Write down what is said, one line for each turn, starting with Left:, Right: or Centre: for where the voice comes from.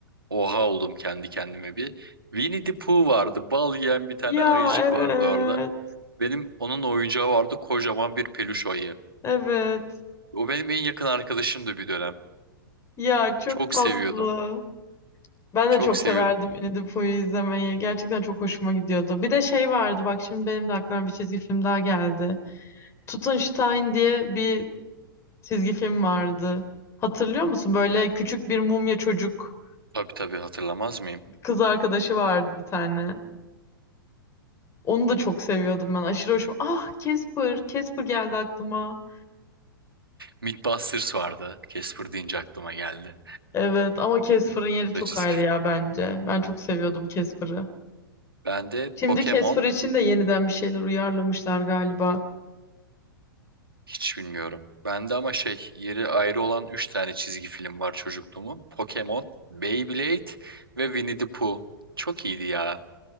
Right: Oha oldum kendi kendime bir. Winnie the Pooh vardı. Bal yiyen bir tane
Left: Ya
Right: ayıcık
Left: evet.
Right: vardı orada. Benim onun oyuncağı vardı kocaman bir peluş ayı.
Left: Evet.
Right: O benim en yakın arkadaşımdı bir dönem.
Left: Ya çok
Right: Çok
Left: tatlı.
Right: seviyordum.
Left: Ben
Right: Çok
Left: de çok
Right: seviyordum.
Left: severdim Winnie the Pooh'yu izlemeyi. Gerçekten çok hoşuma gidiyordu. Bir de şey vardı bak şimdi benim de aklıma bir çizgi film daha geldi. Tutenstein diye bir çizgi film vardı. Hatırlıyor musun? Böyle küçük bir mumya çocuk
Right: Tabii tabii hatırlamaz mıyım?
Left: kız arkadaşı vardı bir tane. Onu da çok seviyordum ben. Aşırı hoşuma. Ah Casper. Casper geldi aklıma.
Right: Mythbusters vardı. Casper deyince aklıma geldi.
Left: Evet ama Casper'ın yeri
Right: Onu
Left: çok
Right: da çizgi
Left: ayrı
Right: film.
Left: ya bence. Ben çok seviyordum Casper'ı.
Right: Bende
Left: Şimdi
Right: Pokemon
Left: Casper için de yeniden bir şeyler uyarlamışlar galiba.
Right: hiç bilmiyorum. Bende ama şey yeri ayrı olan 3 tane çizgi film var çocukluğumun. Pokemon, Beyblade ve Winnie the Pooh. Çok iyiydi ya.